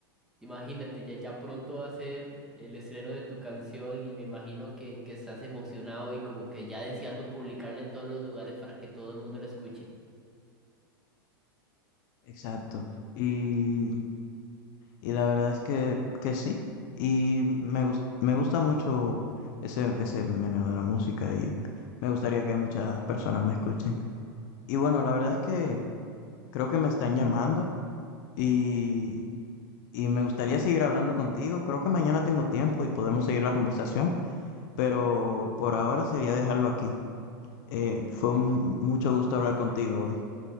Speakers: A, in the centre; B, on the left.
A: imagínate, ya, ya pronto va a ser el estreno de tu canción y me imagino que, que estás emocionado y como que ya deseando publicarla en todos los lugares para que todo el mundo la escuche.
B: Exacto. y Y la verdad es que, que sí. Y me gus- me gusta mucho ese, ese meneo de la música y me gustaría que muchas personas me escuchen. Y bueno, la verdad es que creo que me están llamando y, y me gustaría seguir hablando contigo. Creo que mañana tengo tiempo y podemos seguir la conversación, pero por ahora sería dejarlo aquí. Eh, fue un mucho gusto hablar contigo hoy.